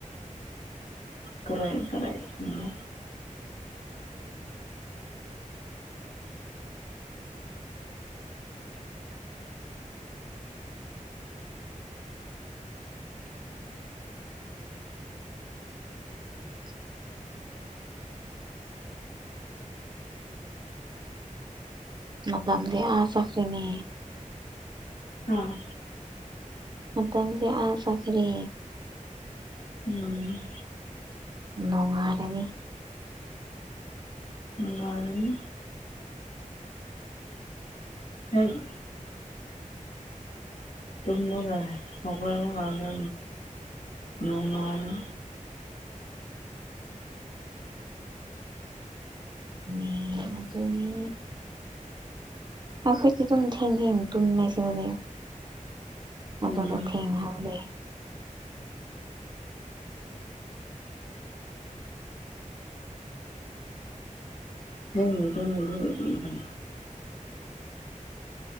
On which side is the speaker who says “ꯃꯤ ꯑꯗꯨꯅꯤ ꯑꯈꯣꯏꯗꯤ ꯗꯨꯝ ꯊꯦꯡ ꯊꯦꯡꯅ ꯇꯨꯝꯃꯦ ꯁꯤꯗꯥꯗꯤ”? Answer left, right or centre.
Right